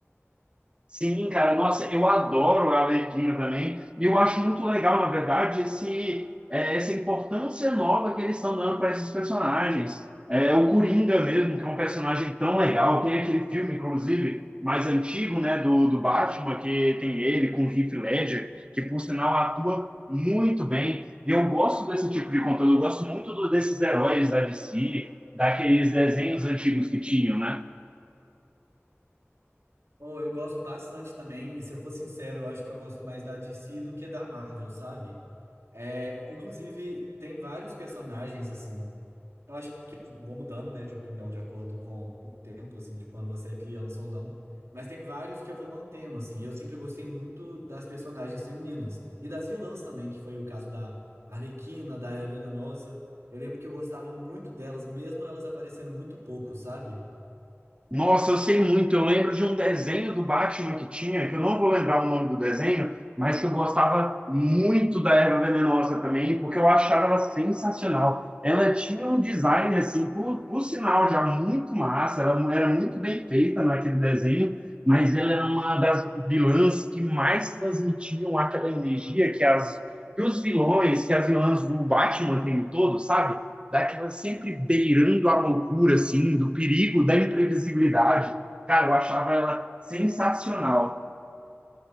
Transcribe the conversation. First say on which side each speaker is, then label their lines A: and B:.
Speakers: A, on the right (about 20°); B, on the right (about 75°).
A: Sim, cara, nossa, eu adoro a Arlequina também, e eu acho muito legal, na verdade, esse, é, essa importância nova que eles estão dando para esses personagens. É, o Coringa mesmo, que é um personagem tão legal, tem aquele filme, inclusive, mais antigo, né, do, do Batman, que tem ele com o Heath Ledger, que, por sinal, atua muito bem, e eu gosto desse tipo de conteúdo, eu gosto muito do, desses heróis da DC, daqueles desenhos antigos que tinham, né?
B: Ou eu gosto bastante também, e se eu for sincero, eu acho que eu gosto mais da DC do que da Marvel, sabe? É, inclusive, tem vários personagens, assim. Eu acho que, que eu vou mudando, né, de opinião de acordo com o tempo, assim, de quando você é criança ou não. Mas tem vários que eu vou mantendo, assim. e Eu sempre gostei muito das personagens femininas. E das vilãs também, que foi o caso da Arlequina, da Eva Venenosa. Eu lembro que eu gostava muito delas, mesmo elas aparecendo muito pouco, sabe?
A: Nossa, eu sei muito. Eu lembro de um desenho do Batman que tinha, que eu não vou lembrar o nome do desenho, mas que eu gostava muito da Erva Venenosa também, porque eu achava ela sensacional. Ela tinha um design, assim, por, por sinal, já muito massa. Ela era muito bem feita naquele desenho, mas ela era uma das vilãs que mais transmitiam aquela energia que, as, que os vilões, que as vilãs do Batman têm no todo, sabe? daquela sempre beirando a loucura, assim, do perigo, da imprevisibilidade. Cara, eu achava ela sensacional.